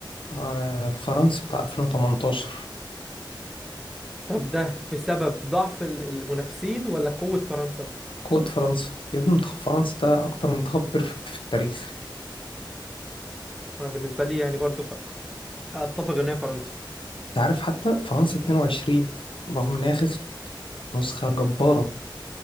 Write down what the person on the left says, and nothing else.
آه فرنسا بتاع 2018
قوة فرنسا يا ابني منتخب فرنسا ده أكتر منتخب بيرفكت في التاريخ
أنت عارف حتى فرنسا 22 رغم إن هي خسرت نسخة جبارة